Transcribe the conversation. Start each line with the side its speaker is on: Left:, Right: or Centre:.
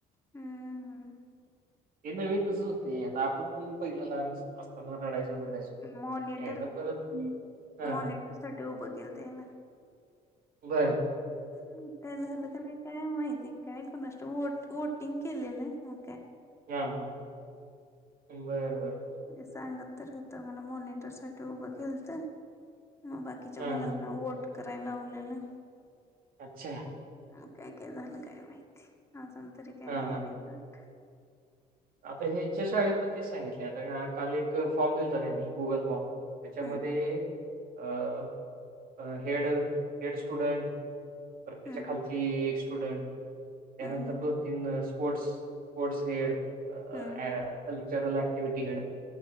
Left: हम्म हम्म
Right: ते नव्हे तसच होते आता आपण पण पहिलं लहान असता मग रडायचो रिडायचो
Left: मॉनिटर
Right: एकदा परत हां,
Left: मॉनिटर
Right: हां.
Left: साठी उभं केलं त्याला,
Right: बरं.
Left: ह् काय झालं का नाही काय माहिती काय कोणास वोटिंग केलेलं आहे.
Right: हा हा बर बर.
Left: म्हणजे सांगत तर होता मला मॉनिटर साठी उभं केलंत मग बाकीच्या
Right: हां,
Left: मुलांना
Right: हां.
Left: वोट करायला लावलेलं
Right: अच्छा
Left: मग काय काय झालं काय माहिती अजून तरी काही
Right: हां,
Left: नाही
Right: हां.
Left: रिझल्ट
Right: आता हेच्या शाळेत पण तेच सांगितले आता काल एक फॉर्म दिल हो त्यांनी गुगल फॉर्म त्याच्यामध्ये
Left: हम्म
Right: अ हेड हेड स्टुडंट परत त्याच्या
Left: हम्म
Right: खालची एक स्टुडंट त्यानंतर
Left: हम्म हम्म
Right: दोन तीन स्पोर्ट, स्पोर्टस हेड, कल्चरल
Left: हम्म
Right: ॲक्टिव्हिटी हेड